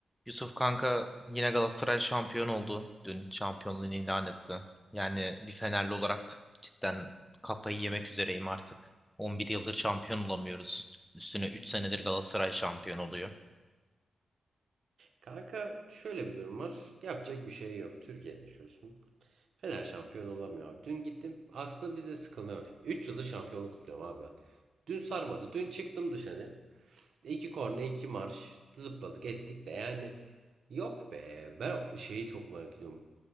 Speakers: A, in the centre; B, on the right.
A: Yusuf kanka yine Galatasaray şampiyon oldu. Dün şampiyonluğunu ilan etti. Yani bir Fenerli olarak cidden kafayı yemek üzereyim artık. 11 yıldır şampiyon olamıyoruz. Üstüne 3 senedir Galatasaray şampiyon oluyor.
B: Kanka şöyle bir durum var. Yapacak bir şey yok. Türkiye'de yaşıyorsun. Fener şampiyon olamıyor abi. Dün gittim. Aslında biz de sıkılmaya başladık. 3 yıldır şampiyonluk kutluyorum abi ben. Dün sarmadı. Dün çıktım dışarı. İki korne, iki marş. Zıpladık ettik de yani. Yok be. Ben şeyi çok merak ediyorum.